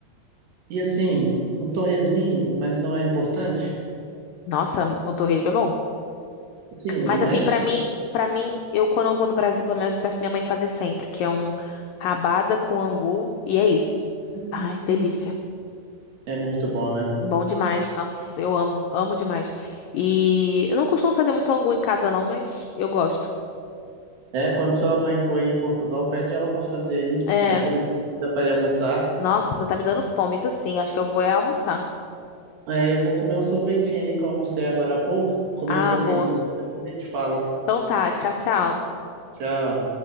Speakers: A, on the right; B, on the left.
A: e assim, um torresminho, mas não é importante.
B: nossa, o torresmo é bom.
A: Assim,
B: Mas
A: não
B: assim, pra mim, para mim, eu quando eu vou no Brasil, pelo menos eu peço pra minha mãe fazer sempre, que é um rabada com angu e é isso.
A: é.
B: Ai, delícia.
A: É muito bom, né?
B: Bom demais. Nossa, eu amo, amo demais. E eu não costumo fazer muito angu em casa, não, mas eu gosto.
A: É, quando sua mãe for aí em Portugal, pede ela pra fazer aí.
B: É,
A: Aí você me convida pra ir almoçar.
B: nossa, tá me dando fome, isso sim. Acho que eu vou é almoçar.
A: É, eu vou comer um sorvetinho ali que eu almocei agora há pouco, comer
B: Ah,
A: a sobremesa.
B: boa.
A: Depois a gente fala.
B: Então tá, tchau, tchau.
A: Tchau.